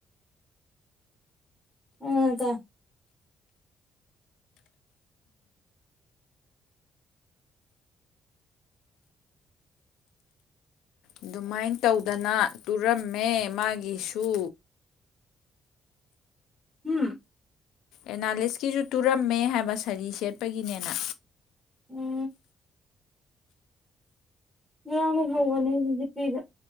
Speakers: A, in the centre; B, on the left.
A: ꯎꯗ
B: ꯑꯗꯨꯃꯥꯏ ꯇꯧꯗꯅ ꯇꯨꯔꯝꯃꯦ ꯃꯥꯒꯤꯁꯨ
A: ꯎꯝ
B: ꯑꯦꯅꯥꯂꯤꯁꯀꯤꯁꯨ ꯇꯨꯔꯝꯃꯦ ꯍꯥꯏꯕ ꯁꯥꯔꯤ ꯁꯦꯠꯄꯒꯤꯅꯦꯅ
A: ꯎꯝ ꯌꯥꯝꯅ ꯍꯧꯕꯅꯤ ꯍꯧꯖꯤꯄꯤꯤꯗ